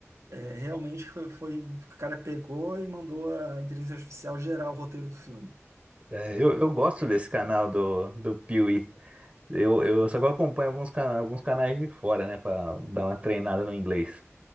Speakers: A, on the right (about 75°); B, on the right (about 30°).
A: é, realmente foi, foi- o cara pegou e mandou a inteligência artificial gerar o roteiro do filme.
B: É, eu, eu gosto desse canal do, do Piuí. Eu, eu só que eu acompanho alguns canais, alguns canais de fora, né, Pra dar uma treinada no inglês.